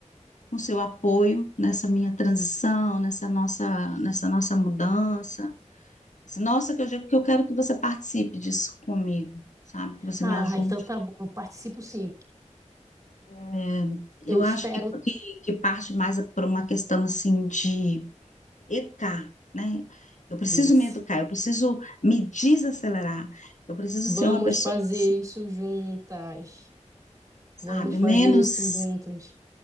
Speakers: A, on the left; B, on the right.
A: com seu apoio nessa minha transição, nessa nossa, nessa nossa mudança. Assim, Nossa, que eu, digo que eu quero que você participe disso comigo, sabe? Que você
B: Ah,
A: me ajude.
B: então tá bom, eu participo sim.
A: É, eu
B: Eu espero
A: acho que, que, que parte mais é por uma questão, assim, de educar, né? Eu preciso
B: isso.
A: me educar, eu preciso me desacelerar, eu preciso
B: Vamos
A: ser uma pessoa,
B: fazer
A: assim,
B: isso juntas.
A: sabe?
B: Vamos fazer
A: Menos,
B: isso juntas.